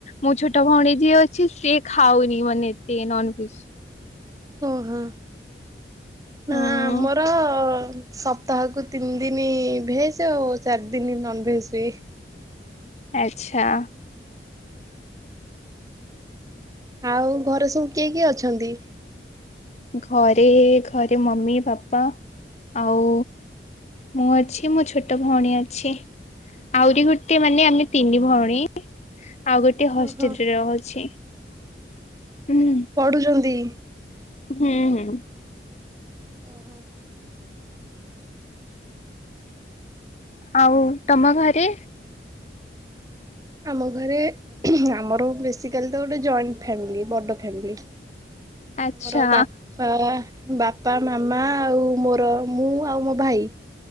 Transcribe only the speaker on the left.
ମୁଁ ଛୋଟ ଭଉଣୀ ଯିଏ ଅଛି ସେ ଖାଉନି ମାନେ ଏତେ ନନଭେଜ।
ହୁଁ
ଆଚ୍ଛା।
ଘରେ ଘରେ ମମି ବାପା ଆଉ ମୁଁ ଅଛି, ମୋ ଛୋଟ ଭଉଣୀ ଅଛି। ଆହୁରି ଗୋଟେ ମାନେ ଆମେ ତିନି ଭଉଣୀ ଆଉ ଗୋଟେ ହଷ୍ଟେଲ
ରେ ରହୁଛି ହ୍ମ
ହୁଁ ହୁଁ।
ଆଉ ତମ ଘରେ?
ଆଚ୍ଛା।